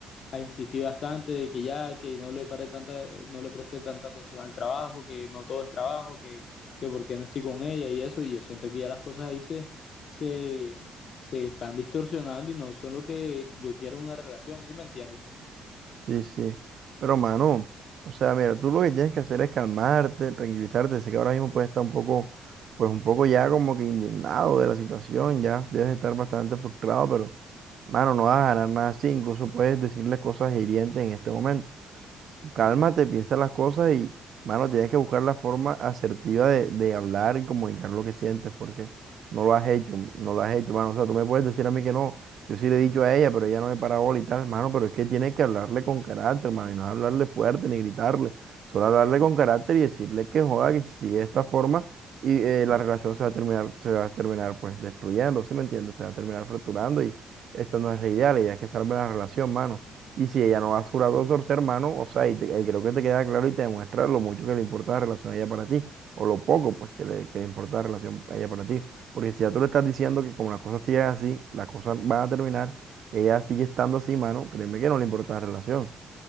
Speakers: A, on the left; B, on the right.
A: a insistir bastante de que ya, que no le, pare tanta, no le preste tanta atención al trabajo, que no todo es trabajo, que, que por qué no estoy con ella y eso, y yo siento que ya las cosas ahí se, se, se están distorsionando y no son lo que yo quiero en una relación, ¿sí me entiendes?
B: sí, sí. Pero mano, o sea, mira, tú lo que tienes que hacer es calmarte, tranquilizarte. Sé que ahora mismo puedes estar un poco, pues un poco ya como que indignado de la situación, ya debes estar bastante frustrado, pero mano, no vas a ganar nada así. Incluso puedes decirle cosas hirientes en este momento. Cálmate, piensa las cosas y, mano, tienes que buscar la forma asertiva de, de hablar y comunicar lo que sientes, porque no lo has hecho, no lo has hecho, mano. O sea, tú me puedes decir a mí que no, yo sí le he dicho a ella, pero ella no me para bola y tal, mano, pero es que tienes que hablarle con carácter, mano, y no hablarle fuerte ni gritarle, solo hablarle con carácter y decirle que joda, que si sigue de esta forma y eh, la relación se va a terminar, se va a terminar pues destruyendo, ¿sí me entiendes? Se va a terminar fracturando y esta no es la idea, la idea es que salve la relación, mano. Y si ella no va a su brazo a torcer hermano, o sea, y, te- y creo que te queda claro y te demuestra lo mucho que le importa la relación a ella para ti, o lo poco pues que le, que le importa la relación a ella para ti. Porque si ya tú le estás diciendo que como las cosas siguen así, las cosas van a terminar, ella sigue estando así, mano, créeme que no le importa la relación.